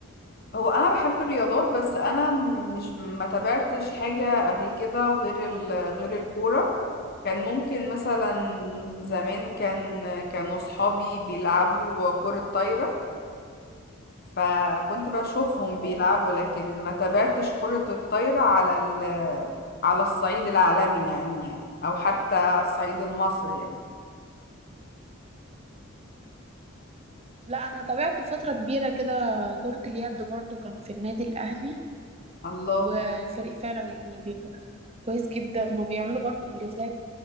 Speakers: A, on the left; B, on the right.
A: هو انا بحب الرياضات بس انا مش ما تابعتش حاجة قبل كده غير ال... غير الكورة كان ممكن مثلا زمان كان كانوا صحابي بيلعبوا كرة طايرة فكنت بشوفهم
B: اه
A: بيلعبوا لكن ما تابعتش كرة الطايرة على ال على الصعيد العالمي يعني أو حتى الصعيد المصري يعني
B: لا انا تابعت فتره كبيره كده كره اليد برضو كان في النادي الاهلي
A: الله
B: والفريق فعلا يعني بي- كويس جدا وبيعملوا برضو انجازات